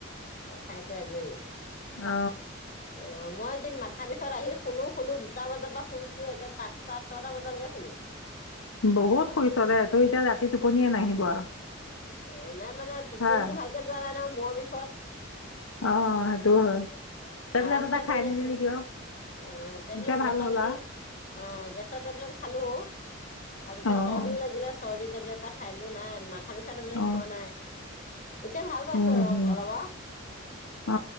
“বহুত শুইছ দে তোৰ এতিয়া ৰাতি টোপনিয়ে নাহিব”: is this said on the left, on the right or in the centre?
Left